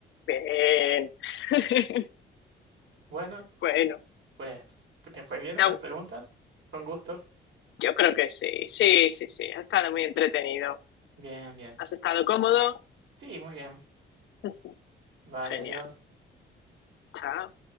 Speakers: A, on the left; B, on the right.
A: Bien. <laughs>
B: bueno,
A: Bueno,
B: pues te fue bien en
A: no,
B: las preguntas. Con gusto.
A: yo creo que sí, sí, sí, sí. Ha estado muy entretenido.
B: Bien, bien.
A: Has estado cómodo.
B: Sí, muy bien.
A: <laughs>
B: Vale,
A: Genial.
B: adiós.
A: Chao.